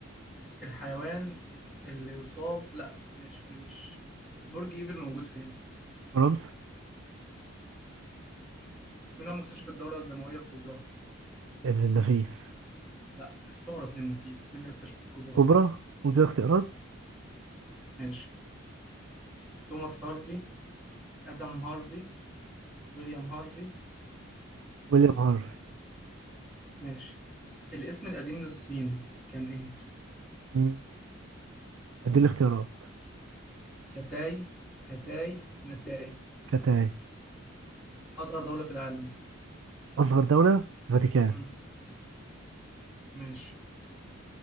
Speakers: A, in the centre; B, on the right.
A: الحيوان اللي يصاب لا ماشي مش برج ايفل موجود فين
B: فرنسا
A: مين هو مكتشف الدورة الدموية الكبرى
B: ابن النفيس
A: لا الثغرة بن النفيس مين اللي اكتشف الكبرى
B: كوبرا ودي اختيارات
A: ماشي توماس هارفي ادم هارفي ويليام هارفي
B: ويليام
A: بس
B: هنري
A: ماشي الاسم القديم للصين كان إيه؟
B: مم. ادي الاختيارات
A: كتاي هتاي نتاي
B: كانت
A: أصغر دولة في العالم
B: اصغر دولة الفاتيكان
A: مم. ماشي